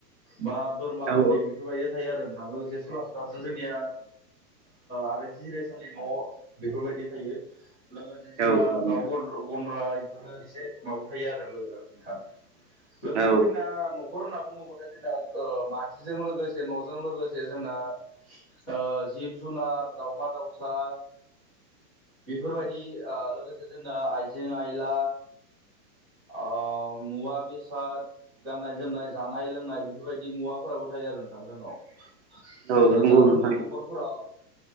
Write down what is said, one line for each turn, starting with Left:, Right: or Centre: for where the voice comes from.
Centre: बा बोरमा
Right: नोंथां
Centre: गलि बेफोरबायदि थायो आरो नोंथां लोगोसे सुलाब दा जोंनिया आरो जि जिराय साननि न बेफोरबायदि थायो लोगोसे जोंना
Right: औ
Centre: दाउ
Right: औ
Centre: गन्द्रा बेफोरो एसे माबा थायो आरो लोगो नोंथां। लोगोसे
Right: औ
Centre: जोंना नखर होनना बुङोबाथाय ओ जोंना मानसिजों लोगोसे नजों लोगोसे जोंना ओ जिब जुनार दाउमा दाउसा बेफोरबायदि ओ लोगोसे जोंना आइजें - आयला आ मुवा बेसाद गाननाय जोमनाय जानाय लोंनाय बेफोरबायदि मुवाफोराबो थायो आरो नोंथां जोंनाव।
Right: औ नंगौ
Centre: दा जोंनि
Right: नोंथां
Centre: नखरफोराव